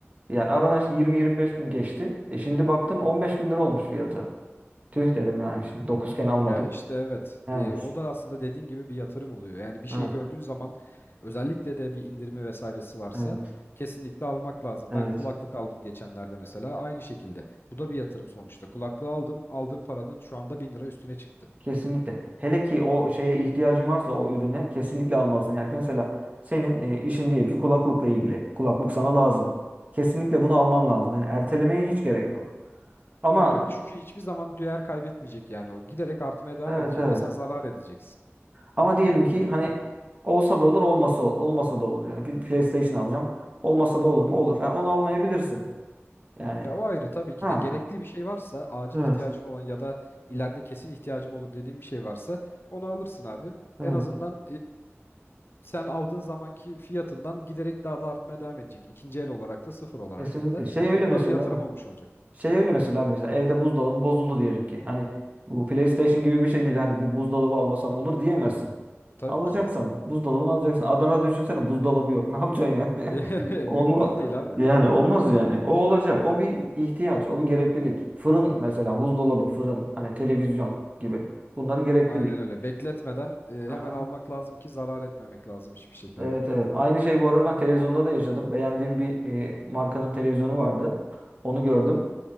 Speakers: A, on the right; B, on the left.
A: Yani aradan işte yirmi yirmi beş gün geçti. E şimdi baktım 15 bin lira olmuş fiyatı. Tüh dedim yani şimdi 9'ken almadık.
B: Ya işte evet.
A: Yani.
B: E, o da aslında dediğin gibi bir yatırım oluyor. Yani bir şeyi
A: Evet.
B: gördüğün zaman özellikle de bir indirimi vesairesi varsa
A: Evet.
B: kesinlikle almak lazım.
A: Evet.
B: Ben kulaklık aldım geçenlerde mesela aynı şekilde. Bu da bir yatırım sonuçta. Kulaklığı aldım. Aldığım paranın şu anda 1000 lira üstüne çıktı.
A: Kesinlikle. Hele ki o şeye ihtiyacın varsa o ürüne kesinlikle almalısın. Yani mesela senin e, işin diyelim ki kulaklıkla ilgili. Kulaklık sana lazım. Kesinlikle bunu alman lazım. Yani ertelemeye hiç gerek yok. Ama
B: Aynen öyle. Çünkü hiçbir zaman değer kaybetmeyecek yani o. Giderek artmaya devam
A: evet
B: edecek
A: evet.
B: ve sen zarar edeceksin.
A: Ama diyelim ki hani olsa da olur, olmasa olmasa da olur. Yani bir PlayStation alacağım. Olmasa da olur mu? Olur. Yani onu almayabilirsin. Yani.
B: Ya o ayrı tabii ki
A: Ha.
B: de gerekli bir şey varsa acil
A: Evet,
B: ihtiyacın olan ya da ileride kesin ihtiyacım olur dediğin bir şey varsa onu alırsın abi.
A: evet.
B: En azından sen aldığın zamanki fiyatından giderek daha da artmaya devam edecek. İkinci el olarak da sıfır olarak
A: Kesinlikle.
B: da.
A: Şey öyle
B: E
A: mesela.
B: bu da bir yatırım olmuş olacak.
A: Şey öyle mesela mesela evde buzdolabı bozuldu diyelim ki. Hani bu PlayStation gibi bir şey değil. Hani bu buzdolabı almasam olur diyemezsin.
B: E, tabii
A: Alacaksan
B: ki de.
A: buzdolabını alacaksın. Adana'da düşünsene buzdolabı yok. <laughs> Ne yapacaksın yani?
B: <laughs>
A: <laughs> Olma
B: Mümkün değil abi.
A: yani olmaz yani. O olacak. O bir ihtiyaç, o bir gereklilik. Fırın mesela, buzdolabı, fırın, hani televizyon gibi. Bunlar gereklilik.
B: Aynen öyle. Bekletmeden e, hemen
A: Aha.
B: almak lazım ki zarar etmemek lazım hiçbir şekilde.
A: Evet evet. Aynı şey bu arada ben televizyonda da yaşadım. Beğendiğim bir e, markanın televizyonu vardı. Onu gördüm.